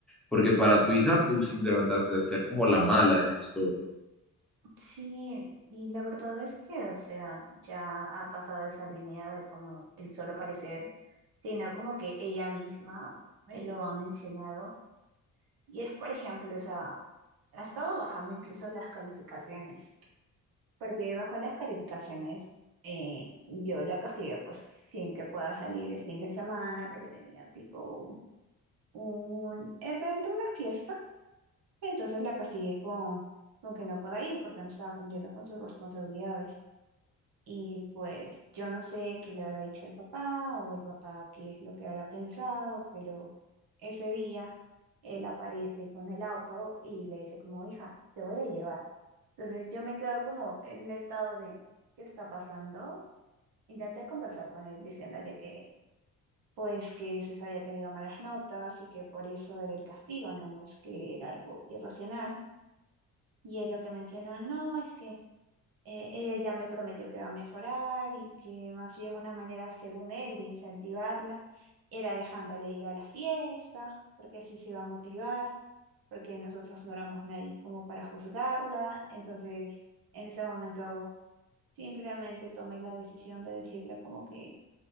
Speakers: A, in the centre; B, on the right.
A: porque para tu hija tú simplemente vas a ser como la mala de la historia.
B: Sí, y la verdad es que, o sea, ya ha pasado esa línea de como el solo parecer, sino como que ella misma me lo ha mencionado. Y es, por ejemplo, o sea, ha estado bajando incluso las calificaciones, porque bajó las calificaciones, eh, yo la castigué pues sin que pueda salir el fin de semana, porque tenía tipo un evento, una fiesta, entonces la castigué con, con que no pueda ir porque no estaba cumpliendo con sus responsabilidades. Y pues yo no sé qué le habrá dicho al papá o el papá qué es lo que habrá pensado, pero ese día él aparece con el auto y le dice como, hija, te voy a llevar. Entonces yo me quedo como en un estado de, ¿qué está pasando? Intenté conversar con él diciéndole que pues que su hija había tenido malas notas y que por eso era el castigo, no, no es que era algo irracional. Y él lo que mencionó, no, es que eh, ella ya me prometió que va a mejorar y que más bien una manera, según él, de incentivarla era dejándole ir a la fiesta, porque así se iba a motivar, porque nosotros no éramos nadie como para juzgarla. Entonces, en ese momento, simplemente tomé la decisión de decirle como que